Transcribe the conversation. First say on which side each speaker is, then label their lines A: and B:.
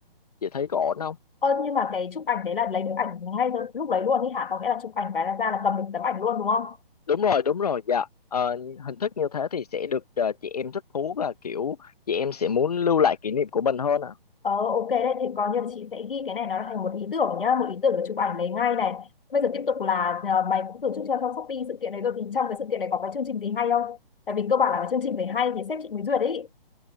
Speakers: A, on the left; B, on the left.
A: Chị thấy có ổn không?
B: Ơ, nhưng mà cái chụp ảnh đấy là lấy được ảnh ngay từ lúc đấy luôn ấy hả? Có nghĩa là chụp ảnh cái là ra là cầm được tấm ảnh luôn đúng không?
A: Đúng rồi, đúng rồi, dạ. Ờ, hình thức như thế thì sẽ được ờ, chị em thích thú và kiểu chị em sẽ muốn lưu lại kỷ niệm của mình hơn ạ
B: Ờ ok đấy thì coi như là chị sẽ ghi cái này nó thành một ý tưởng nhá, một ý tưởng để chụp ảnh lấy ngay này. Bây giờ tiếp tục là à, mày cũng tổ chức cho trong Shopee sự kiện đấy rồi thì trong cái sự kiện này có cái chương trình gì hay không? Tại vì cơ bản là cái chương trình phải hay thì sếp chị mới duyệt đấy.